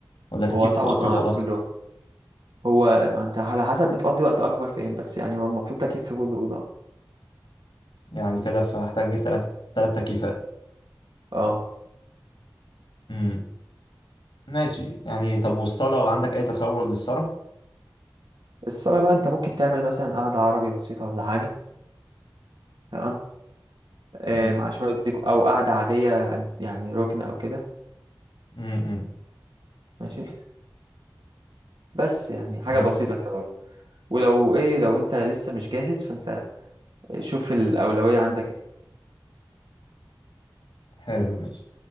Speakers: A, on the left; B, on the right.
A: ولا تكييف
B: هو طبعا
A: في اوضتي
B: اه
A: وخلاص
B: كله هو ما انت على حسب بتقضي وقت اكبر فين بس يعني هو المفروض تكييف في كل أوضة
A: يعني كده فهحتاج اجيب ثلاث ثلاث تكييفات
B: اه
A: امم ماشي يعني طب والصاله عندك اي تصور للصاله
B: الصالة بقى انت ممكن تعمل مثلا قعدة عربي بسيطة ولا حاجة تمام آه،
A: امم
B: مع شوية ديكو أو قعدة عادية يعني ركن أو كده
A: امم
B: ماشي بس يعني حاجة
A: امم
B: بسيطة كده برضه ولو إيه لو أنت لسه مش جاهز فأنت شوف الأولوية عندك إيه
A: حلو ماشي